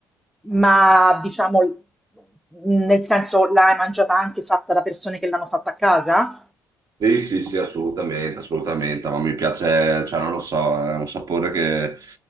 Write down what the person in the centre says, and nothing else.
Ma diciamo, mh, nel senso, l'hai mangiata anche fatta da persone che l'hanno fatta a casa?